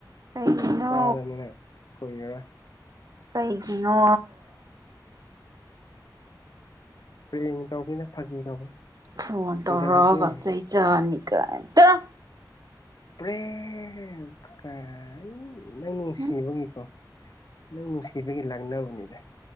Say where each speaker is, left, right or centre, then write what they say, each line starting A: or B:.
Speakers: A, on the right; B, on the left.
A: ꯀꯩꯅꯣ
B: ꯆꯥꯔꯅꯤ ꯅꯪ ꯀꯨꯏꯔꯔꯣꯏ
A: ꯀꯩꯒꯤꯅꯣ
B: ꯄꯔ‌ꯦꯡ ꯇꯧꯕꯅꯤꯗ ꯐꯥꯒꯤ ꯇꯧꯕꯅꯤ
A: ꯐꯣꯟ
B: ꯀꯩꯗꯧꯔꯤꯒꯦ
A: ꯇꯧꯔꯛꯑꯒ ꯆꯩꯩ ꯆꯥꯅꯤ ꯀꯥꯏ ꯆꯠꯂ‌ꯣ
B: ꯄ꯭ꯔꯦꯡ ꯀꯥꯏ ꯅꯪ ꯅꯨꯡꯁꯤꯕꯒꯤꯀꯣ
A: ꯎꯝ
B: ꯅꯪ ꯅꯨꯡꯁꯤꯕꯒꯤ ꯂꯥꯛꯅꯕꯅꯤꯗ